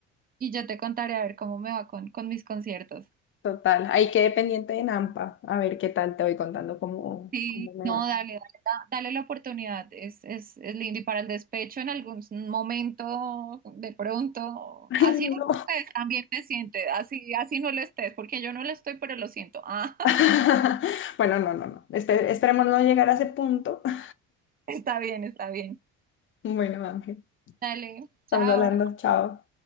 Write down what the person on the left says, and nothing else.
total. Ahí quedé pendiente de Nampa. A ver qué tal te voy contando cómo,
cómo me
va.
<laughs> Ay,
no.
<laughs> Bueno, no, no, no. Espe- esperemos no llegar a ese punto. <laughs>
Bueno, Ángel,
estamos
hablando. Chao.